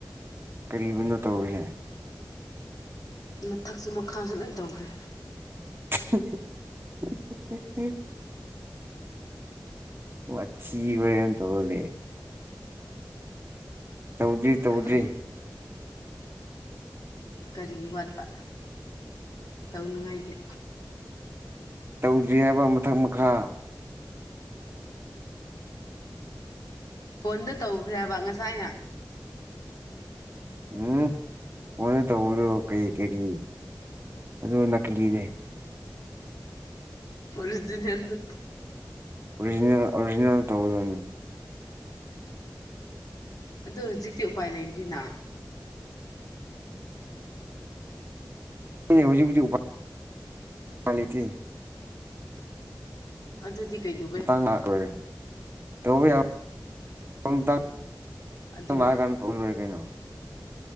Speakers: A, on the right; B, on the left.
A: ꯀꯔꯤꯅꯣ ꯇꯧꯔꯤꯁꯦ
B: ꯃꯊꯛꯁꯨ ꯃꯈꯥꯁꯨ ꯂꯣꯏ ꯇꯧꯈ꯭ꯔꯦ
A: <unintelligible> ꯋꯥꯊꯤ ꯋꯥꯔ‌ꯦꯝ ꯇꯧꯔꯂꯩ ꯇꯧꯗ꯭ꯔꯤ ꯇꯧꯗ꯭ꯔꯤ
B: ꯀꯔꯤ ꯀꯔꯤ ꯋꯥꯠꯄ ꯇꯧꯅꯤꯉꯥꯏꯒꯤ
A: ꯇꯧꯗ꯭ꯔꯤ ꯍꯥꯏꯕ ꯃꯊꯛ ꯃꯈꯥ
B: ꯐꯣꯟꯗ ꯇꯧꯒ‍꯭ꯔꯦ ꯍꯥꯏꯕ ꯉꯁꯥꯏꯅ
A: ꯎꯝ ꯐꯣꯟꯅ ꯇꯧꯕꯗꯣ ꯀꯔꯤ ꯀꯔꯤ ꯑꯗꯨ ꯅꯥꯛꯀꯂꯤꯅꯦ
B: ꯑꯣꯔꯤꯖꯤꯅꯦꯜ ꯅꯠꯇꯦ
A: ꯑꯣꯔꯤꯖꯤꯅꯦꯜ ꯑꯣꯔꯤꯖꯤꯅꯦꯜ ꯇꯧꯒꯗꯕꯅꯤ
B: ꯑꯗꯣ ꯍꯧꯖꯤꯛꯇꯤ ꯎꯄꯥꯏ ꯂꯩꯇꯦꯅꯥ
A: ꯍꫭꯏꯅ‌ꯦ ꯍꯧꯖꯤꯛ ꯄꯨꯗꯤ ꯎꯨꯄꯥꯏ ꯂꯩꯇꯦ
B: ꯑꯗꯨꯗꯤ ꯀꯩꯗꯧ
A: ꯃꯇꯥꯡ ꯂꯥꯛꯑꯔ‌ꯣꯏ ꯇꯧꯕ ꯌꯥꯕ ꯃꯇꯡ
B: ꯑꯗꯨ
A: ꯂꯥꯛꯑ ꯀꯥꯟꯗ ꯇꯧꯔ ꯂꫭꯏꫪ‌ꯦ ꯀꯩꯅꯣ